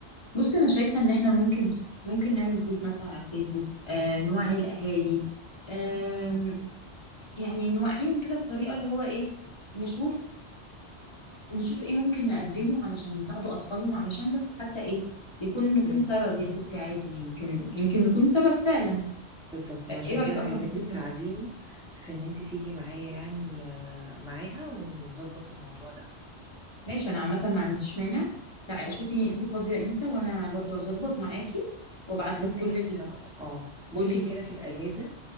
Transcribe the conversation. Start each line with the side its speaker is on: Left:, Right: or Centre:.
Left: بص انا شايفه ان احنا ممكن ممكن نعمل جروب مثلا على الفيسبوك آه نوعي
Centre: مم.
Left: الاهالي آم، يعني نوعيهم كده بطريقه اللي هو ايه نشوف نشوف ايه ممكن نقدمه علشان يساعدوا اطفالهم علشان بس حتى ايه يكون نكون
Centre: امم
Left: سبب يا ستي عادي يمكن يمكن نكون سبب فعلا
Centre: بالظبط ما عشان
Left: ايه رأيك
Centre: كده
Left: اصلا
Centre: عايزاكي
Left: في الفكرة
Centre: تساعديني في ان انت تيجي معايا يعني آه، معاها ونظبط الموضوع ده
Left: ماشي انا عامة ما عنديش مانع تعالي شوفي انت فاضية امتى وانا برضو هظبط معاكي وابعت
Centre: ممكن
Left: لك كل اللي
Centre: كده اه ممكن
Left: قولي
Centre: كده في الاجازه